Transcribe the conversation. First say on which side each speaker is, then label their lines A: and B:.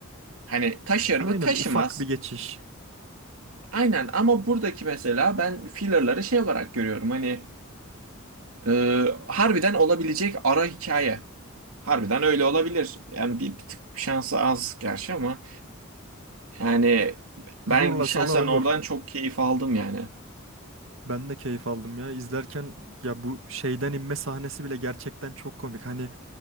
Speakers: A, on the right (about 90°); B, on the right (about 65°).
A: Hani taşır
B: Aynen
A: mı? Taşımaz.
B: ufak bir geçiş.
A: Aynen ama buradaki mesela ben fillerları şey olarak görüyorum. Hani e, harbiden olabilecek ara hikaye. Harbiden öyle olabilir. Yani bir, bir tık şansı az gerçi ama yani ben
B: Zorlasalar
A: şahsen
B: olur.
A: oradan çok keyif aldım yani.
B: Ben de keyif aldım ya. İzlerken ya bu şeyden inme sahnesi bile gerçekten çok komik. Hani